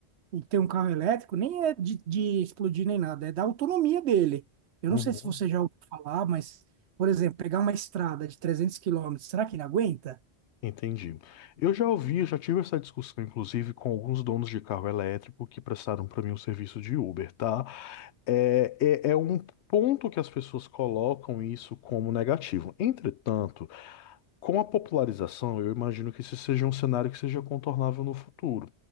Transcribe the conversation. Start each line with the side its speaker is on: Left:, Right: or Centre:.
Right: e ter um carro elétrico nem é de, de explodir nem nada, é da autonomia dele. Eu
Left: uhum.
Right: não sei se você já ouviu falar, mas, por exemplo, pegar uma estrada de 300 quilômetros, será que não aguenta?
Left: Entendi. Eu já ouvi, já tive essa discussão, inclusive, com alguns donos de carro elétrico que prestaram para mim um serviço de Uber, tá? É, é, é um ponto que as pessoas colocam isso como negativo. Entretanto, com a popularização, eu imagino que esse seja um cenário que seja contornável no futuro.